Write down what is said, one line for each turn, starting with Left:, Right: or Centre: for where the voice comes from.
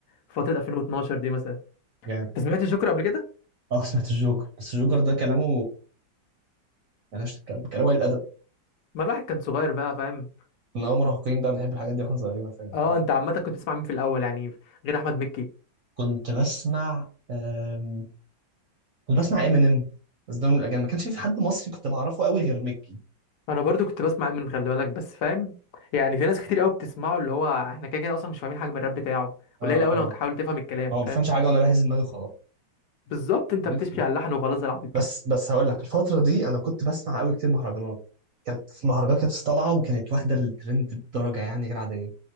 Left: في فتره 2012 دي مثلا
Right: بقى
Left: انت سمعت الجوكر قبل كده
Right: اه سمعت الجوكر بس الجوكر ده كلامه ملهاش تتكلم كلامه قليل الادب
Left: ما الواحد كان صغير بقى فاهم
Right: ان هو مراهقين بقى بنحب الحاجات دي واحنا صغيرين فاهم الحوار
Left: اه انت
Right: ده.
Left: عامه كنت بتسمع مين في الاول يعني غير احمد مكي
Right: كنت بسمع أم... كنت بسمع امينيم بس ده من الاجانب ما كانش في حد مصري كنت بعرفه قوي غير ميكي
Left: انا برضو كنت بسمع من خلي بالك بس فاهم يعني في ناس كتير قوي بتسمعه اللي هو احنا كده كده اصلا مش فاهمين حاجه من الراب بتاعه
Right: اه
Left: قليل قوي لما تحاول
Right: اه
Left: تفهم الكلام
Right: هو ما بفهمش
Left: فاهم
Right: حاجه وانا بهز دماغي خلاص
Left: بالظبط انت
Right: عارف
Left: بتشبي على اللحن وخلاص العبط كده
Right: بس بس هقول لك الفتره دي انا كنت بسمع قوي كتير مهرجانات كانت في مهرجانات كانت طالعه وكانت واخده الترند بدرجه يعني غير عاديه